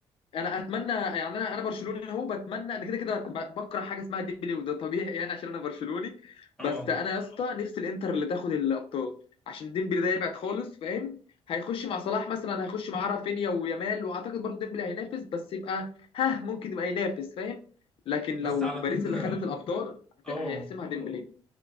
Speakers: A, on the left; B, in the centre.
A: انا اتمنى يعني انا انا برشلوني اهو بتمنى انا كده كده ب- بكره حاجه اسمها ديمبلي وده طبيعي يعني عشان انا برشلوني
B: اه
A: بس انا يا اسطى نفسي الانتر اللي تاخد الابطال عشان ديمبلي ده يبعد خالص فاهم هيخش مع صلاح مثلا هيخش مع رافينيا ويامال واعتقد برضه ديمبلي هينافس بس يبقى ها ممكن يبقى ينافس فاهم لكن
B: بس
A: لو
B: على
A: باريس
B: فكرة
A: اللي خدت الابطال هت-
B: اه
A: هيحسمها ديمبلي